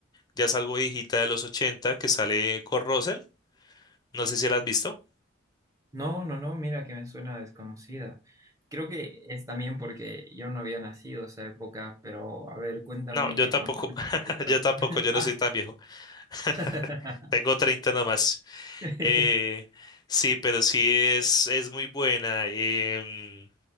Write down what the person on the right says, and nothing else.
No, no, no, mira que me suena desconocida. Creo que es también porque yo no había nacido esa época, pero a ver, cuéntame
más o menos
de qué trata.
<laughs>
Ah.
<laughs>
¿En